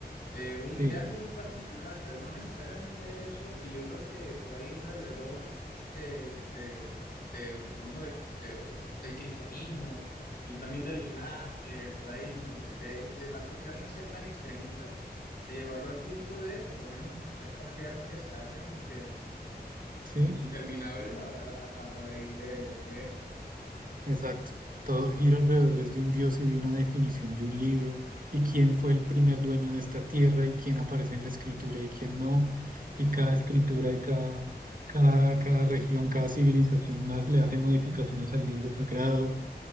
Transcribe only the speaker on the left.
de un,
de algo muy particular, pero no necesariamente eso, y yo creo que por ahí entra el error de, de, de, por lo menos de, de- del cristianismo y también del islam y del judaísmo, de, de- de la cuestión es ser tan extremista, de llevarlo al punto de, por lo menos, estas guerras que se hacen, y que
interminables a, a- a raíz de, de esto.